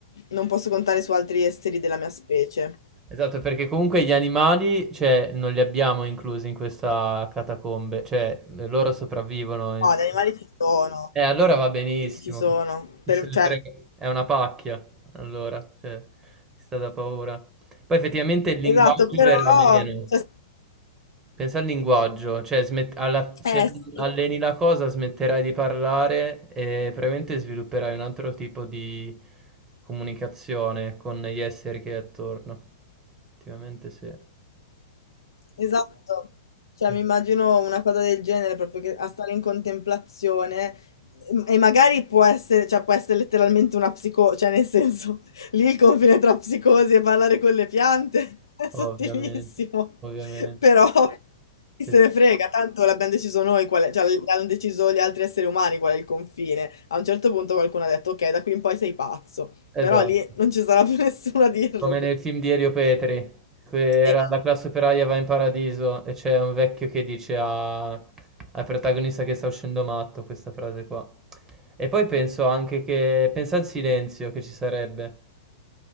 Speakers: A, on the left (about 85°); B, on the right (about 20°).
A: non posso contare su altri esseri della mia specie.
B: Esatto, perché comunque gli animali, cioè, non li abbiamo inclusi in questa catacombe, cioè, loro sopravvivono, insomma.
A: No, gli animali ci sono.
B: Eh, allora va benissimo.
A: Sì, ci sono.
B: Chi
A: Per-
B: se ne
A: cioè,
B: frega? È una pacchia, allora, cioè, si sta da paura. Poi effettivamente il linguaggio
A: Esatto, però
B: verrà meno.
A: cioè,
B: Pensa al linguaggio, cioè smet- alla- se
A: eh, sì.
B: alleni la cosa smetterai di parlare e probabilmente svilupperai un altro tipo di comunicazione con gli esseri che hai attorno. Effettivamente sì.
A: Esatto, cioè
B: Eh,
A: mi immagino una cosa del genere, proprio che a stare in contemplazione e e magari può essere, cioè può essere letteralmente una psico, cioè nel senso, <laughs> lì il confine tra psicosi e parlare con le piante <laughs> è sottilissimo,
B: ovviamente, ovviamente.
A: però chi
B: Sì,
A: se
B: sì.
A: ne frega, tanto l'abbiamo deciso noi, qual è- cioè l'hanno deciso gli altri esseri umani qual è il confine. A un certo punto qualcuno ha detto ok, da qui in poi sei pazzo, però
B: Esatto.
A: lì non ci sarà più <laughs> nessuno a dirlo.
B: Come
A: quindi-
B: nel film di Elio Petri, che era
A: E-
B: La classe operaia va in paradiso e c'è un vecchio che dice a- al protagonista che sta uscendo matto questa frase qua. E poi penso anche che, pensa al silenzio che ci sarebbe,